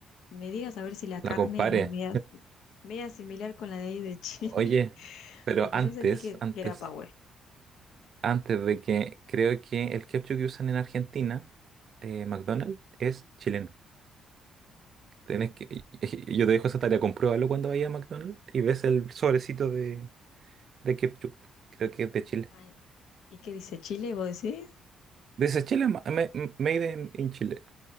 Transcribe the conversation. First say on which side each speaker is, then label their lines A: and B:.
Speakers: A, on the left; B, on the right.
A: me digas a ver si la
B: La
A: carne
B: compare.
A: es media, media similar con la de ahí de Chile,
B: Oye,
A: <laughs>
B: pero
A: porque
B: antes,
A: yo sentí que,
B: antes,
A: que era Power.
B: antes de que creo que el ketchup que usan en Argentina, eh, McDonald's, es chileno. Tenés que, <laughs> yo te dejo esa tarea, compruébalo cuando vayas a McDonald's y ves el sobrecito de, de ketchup. Creo que es de Chile.
A: Ah, ¿Y qué dice Chile? ¿Vos decís?
B: Dice Chile, ma- ma- made in, in Chile.